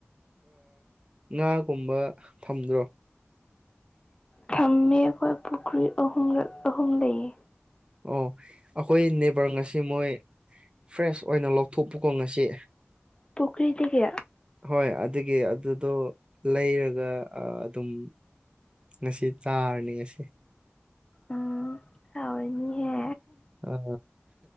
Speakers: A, on the right; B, on the left.
A: ꯉꯥꯒꯨꯝꯕ ꯐꯝꯗ꯭ꯔꯣ
B: ꯊꯝꯃꯤ ꯑꯩꯈꯣꯏ ꯄꯨꯈ꯭ꯔꯤ ꯑꯍꯨꯝꯂꯛ ꯑꯍꯨꯝ ꯂꯩꯌꯦ
A: ꯑꯣ ꯑꯩꯈꯣꯏ ꯅꯦꯕꯔ ꯉꯁꯤ ꯃꯣꯏ ꯐ꯭ꯔꯦꯁ ꯑꯣꯏꯅ ꯂꯧꯊꯣꯛꯄꯀꯣ ꯉꯁꯤ
B: ꯄꯨꯛꯈ꯭ꯔꯤꯗꯒꯤ
A: ꯍꯣꯏ ꯑꯗꯨꯒꯤ ꯑꯗꯨꯗꯣ ꯂꯩꯔꯒ ꯑꯥ ꯑꯗꯨꯝ ꯉꯁꯤ ꯇꯥꯔꯅꯤ ꯉꯁꯤ
B: ꯎꯝ ꯍꯥꯎꯅꯤꯍꯦ
A: ꯑ